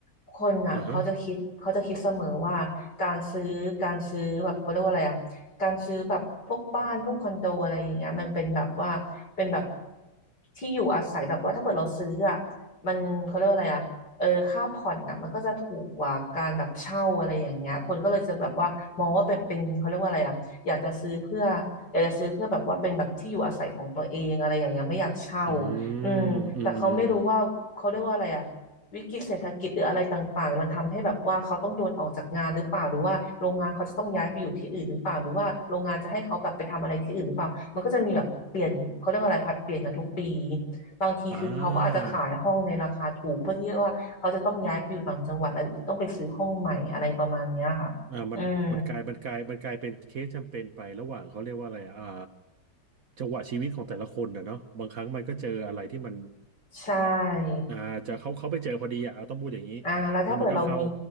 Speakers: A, on the left; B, on the right.
A: คนอะเขาจะคิดเขาจะคิดเสมอว่าการซื้อการซื้อแบบเขาเรียกว่าอะไรอะการซื้อแบบพวกบ้านพวกคอนโดอะไรอย่างเงี้ยมันเป็นแบบว่าเป็นแบบ
B: อ่าฮะ
A: ที่อยู่อาศัยแบบว่าถ้าเกิดเราซื้ออะมันเขาเรียกว่าอะไรอะเออค่าผ่อนน่ะมันก็จะถูกกว่าการแบบเช่าอะไรอย่างเงี้ยคนก็เลยจะแบบว่ามองว่าเป็นเป็นเขาเรียกว่าอะไรอ่ะ อยากจะซื้อเพื่ออยากจะซื้อเพื่อแบบว่าเป็นแบบที่อยู่อาศัยของตัวเองอะไรอย่างเงี้ยไม่อยากเช่า
B: อื
A: อืมแต่เขาไม่รู้ว่าเขาเรียกว่าอะไรอะ
B: มอืมอืมอืม
A: วิกฤตเศรษฐกิจหรืออะไรต่างๆมันทำให้แบบว่าเขาต้องโดนออกจากงานหรือเปล่าหรือว่าโรงงานเขาจะต้องย้ายไปอยู่ที่อื่นหรือเปล่าหรือว่าโรงงานจะให้เขาแบบไปทำอะไรที่อื่นหรือเปล่ามันก็จะมีแบบเปลี่ยนเขาเรียกว่าอะไรผัดเปลี่ยนกันทุกปีบางทีคือเขาก็อาจจะขายห้องในราคาถูกเพื่อที่ว่าเขาจะต้องย้ายไปอยู่ต่างจังหวัดแล้วต้องไปซื้อห้องใหม่อะไรประมาณเนี้ยค่ะอืม
B: อ่า อ่ามันมันกลายมันกลายมันกลายเป็นเคสจำเป็นไประหว่างเขาเรียกว่าอะไรอะอ่าจังหวะชีวิตของแต่ละคนนะเนาะบางครั้งมันก็เจออะไรที่มัน
A: ใช่
B: อ่าจะเขาเขาไปเจอพอดีอ่ะเอาต้องพูดอย่างนี้
A: อ่าแล้วถ้าเปิดเรามี
B: แล้วมันก็เข้า